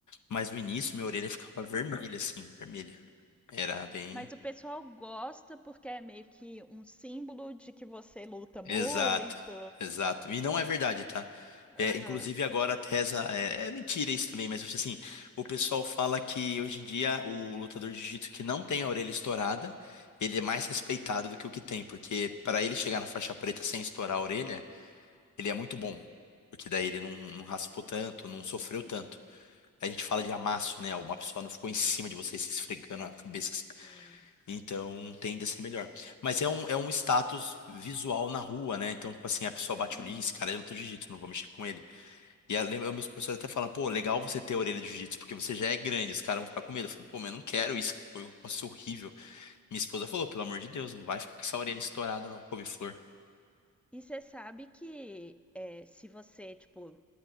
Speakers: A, on the left; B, in the centre.
A: Mas no início, minha orelha ficava vermelha, assim, vermelha. Era bem.
B: Mas o pessoal gosta porque é meio que um símbolo de que você luta muito.
A: Exato, exato. E não é verdade, tá? É,
B: Aham.
A: inclusive agora a tesa é, é mentira isso também, mas tipo assim, o pessoal fala que hoje em dia o lutador de jiu-jitsu que não tem a orelha estourada, ele é mais respeitado do que o que tem, porque para ele chegar na faixa preta sem estourar a orelha, ele é muito bom, porque daí ele não, não raspou tanto, não sofreu
B: Uhum.
A: tanto. A gente fala de amasso, né? Uma pessoa não ficou em cima de você se esfregando a cabeça.
B: Sim.
A: Então tende a ser melhor. Mas é um, é um status visual na rua, né? Então, tipo assim, a pessoa bate
B: Uhum.
A: o olho, "Ih, esse cara é luta de jiu-jitsu, não vou mexer com ele. E a, lembra- meus professores até falam, pô, legal você ter a orelha de jiu-jitsu, porque você já é grande, os caras vão ficar com medo. Eu falei, pô, mas eu não quero isso, eu posso horrível. Minha esposa falou, pelo amor de Deus, não vai ficar com essa orelha
B: É.
A: estourada, não, couve-flor.
B: E você sabe que é, se você, tipo,